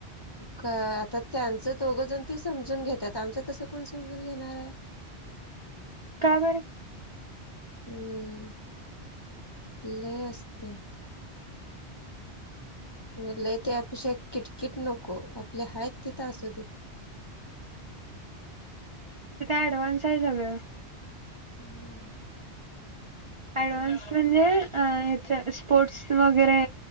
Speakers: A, on the left (about 25°); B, on the right (about 40°).
A: काय आता त्यांचं दोघाजन.. ती समजून घेतात आमचं तसं कोण समजून घेणार हाय?
B: का बरं
A: हम्म लय असतय. लय त्यापेक्षा किटकिट नको आपले हाय तिथं असू देत.
B: तिथं ऍडव्हान्स आहे सगळं
A: हम्म.
B: ऍडव्हान्स म्हणजे याच अह स्पोर्ट्स वगैरे